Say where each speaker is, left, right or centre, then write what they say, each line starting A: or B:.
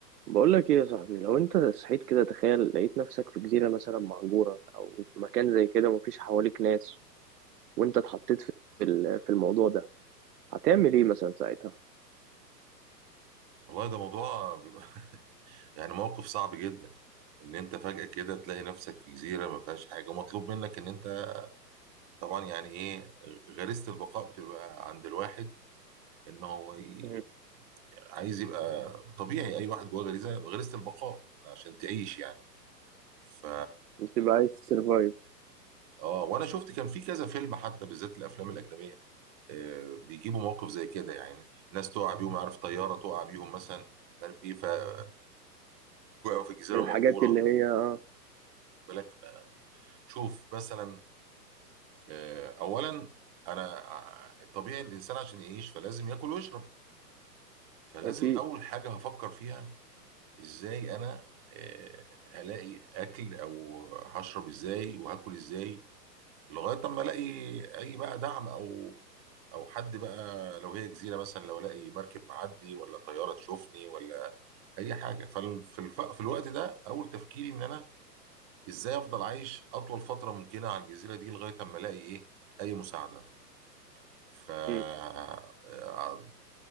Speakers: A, on the right; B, on the right.
A: بقول لك ايه يا صاحبي لو انت صحيت كده تخيل لقيت نفسك في جزيرة مثلا مهجورة او في مكان زي كده مفيش حواليك ناس وانت اتحطيت في ال- في الموضوع ده هتعمل ايه مثلا ساعتها
B: والله ده موضوع بيبقى <laughs> يعني موقف صعب جدا ان انت فجأة كده تلاقي نفسك في جزيرة ما فيهاش حاجة ومطلوب منك ان انت طبعا يعني ايه غريزة البقاء بتبقى عند الواحد ان هو ي-
A: مم.
B: عايز يبقى طبيعي اي واحد جواه غريزة غريزة البقاء عشان تعيش يعني ف
A: بتبقى عايز تسرفايف
B: اه وانا شفت كان في كذا فيلم حتى بالذات الافلام الاجنبيه آه بيجيبوا موقف زي كده يعني ناس تقع بيهم عارف طياره تقع بيهم مثلا مش عارف ايه فوقعوا في جزيره
A: الحاجات
B: مهجوره
A: اللي
B: واخد
A: هي اه
B: بالك شوف مثلا آه اولا انا ع- طبيعي الانسان عشان يعيش فلازم ياكل ويشرب فلازم
A: اكيد
B: اول حاجه هفكر فيها ازاي انا آه هلاقي اكل او هشرب ازاي وهاكل ازاي لغايه اما الاقي اي بقى دعم او او حد بقى لو هي جزيره مثلا لو الاقي مركب معدي ولا طياره تشوفني ولا اي حاجه ففي الف... في الوقت ده اول تفكيري ان انا ازاي افضل عايش اطول فتره ممكنه على الجزيره دي لغايه اما الاقي ايه اي مساعده ف آه،
A: مم.